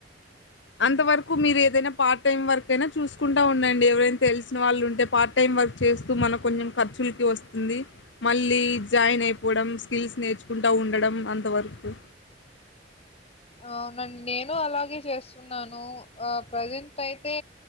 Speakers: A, on the left; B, on the left.
A: అంతవరకు మీరు ఏదైనా పార్ట్ టైమ్ వరక్ అయినా చూసుకుంటా ఉండండి ఎవరైనా తెలిసిన వాళ్ళు ఉంటే పార్ట్ టైం వర్క్ చేస్తూ మన కొంచం ఖర్చులకి వస్తుంది మళ్ళీ జాయిన్ అయిపోవడం స్కిల్స్ నేర్చుకుంటూ ఉండడం అంతవరకు
B: అవునండి నేను అలాగే చేస్తున్నాను ఆ ప్రేజెంట్ అయితే